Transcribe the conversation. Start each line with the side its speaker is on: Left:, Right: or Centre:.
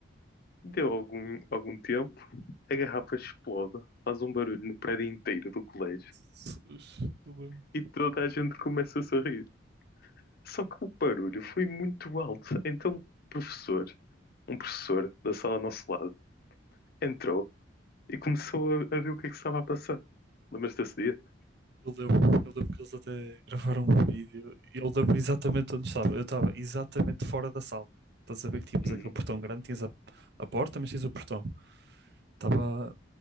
Left: Deu algum, algum tempo, a garrafa explode, faz um barulho no prédio inteiro do colégio
Right: Jesus, eu lembro.
Left: e toda a gente começa a sorrir. Só que o barulho foi muito alto, então o professor, um professor da sala ao nosso lado, entrou e começou a, a ver o que é que estava a passar. Lembras-te desse dia?
Right: Eu lembro, eu lembro que eles até gravaram um vídeo e eu lembro exatamente onde estava. Eu estava exatamente fora da sala. Estás a ver que tínhamos
Left: Uhum,
Right: aquele portão grande, tinhas a, a porta, mas tinhas o portão. Estava